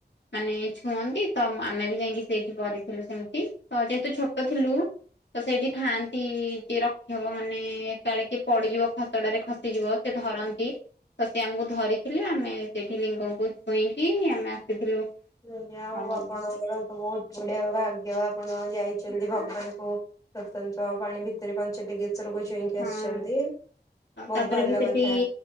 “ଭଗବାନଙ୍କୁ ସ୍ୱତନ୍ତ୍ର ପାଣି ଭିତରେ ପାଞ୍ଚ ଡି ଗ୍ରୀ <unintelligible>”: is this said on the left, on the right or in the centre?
Left